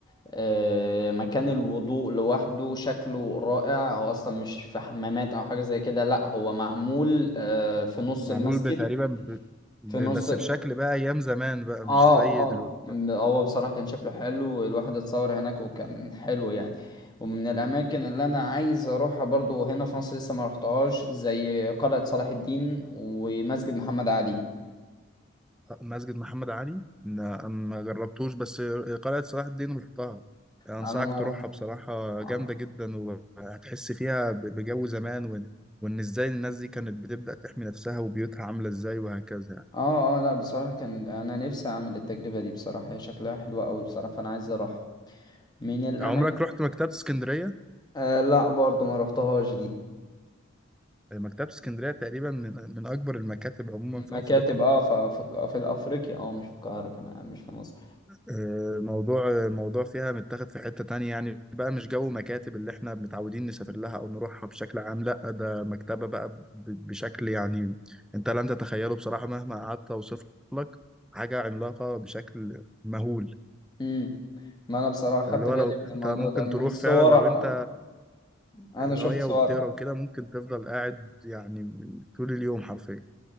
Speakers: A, on the left; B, in the centre.
A: آه مكان الوضوء لوحده شكله رائع هو اصلا مش في حمامات او حاجه زي كده لا هو معمول آه في نص
B: معمول
A: المسجد
B: بتقريبا ب... ب...
A: في نص
B: بس بشكل بقى ايام زمان بقى مش
A: اه
B: زي دلوقتي
A: اه ب- هو بصراحة كان شكله حلو الواحد اتصور هناك وكان حلو يعني ومن الأماكن اللي أنا عايز أروحها برضو هنا في مصر لسه ما رحتهاش زي قلعة صلاح الدين ومسجد محمد علي
B: مسجد محمد علي لا، ما جربتوش بس قلعة صلاح الدين رحتها انصحك
A: أنا ما
B: تروحها
A: رحت
B: بصراحة
A: اه
B: جامدة جدا وهتحس فيها ب... بجو زمان وان وان ازاي الناس دي كانت بتبدأ تحمي نفسها وبيوتها عاملة ازاي وهكذا يعني
A: اه لا بصراحة كان أنا نفسي أعمل التجربة دي بصراحة هي شكلها حلوة أوي بصراحة فأنا عايز أروح من الأماكن
B: عمرك رحت مكتبة اسكندرية
A: آه لا برضو ما رحتهاش دي
B: مكتبة اسكندرية تقريبا من, من اكبر المكاتب عموما في
A: مكاتب
B: افريقيا
A: اه ف- في في أفريقيا اه مش في القاهرة كمان مش في مصر
B: آه، موضوع موضوع فيها متاخد في حتة تانية يعني بقى مش جو مكاتب اللي احنا متعودين نسافر لها او نروحها بشكل عام لا ده مكتبة بقى ب- بشكل يعني انت لن تتخيله بصراحة مهما قعدت اوصف لك حاجة عملاقة بشكل مهول
A: مم. ما انا بصراحة
B: فاللي
A: خدت
B: هو
A: بالي
B: لو
A: من الموضوع
B: انت ممكن
A: ده من
B: تروح
A: صورها
B: فعلا لو انت
A: انا
B: قراية
A: شفت صورها
B: وبتقرا وكده ممكن تفضل قاعد يعني طول اليوم حرفيا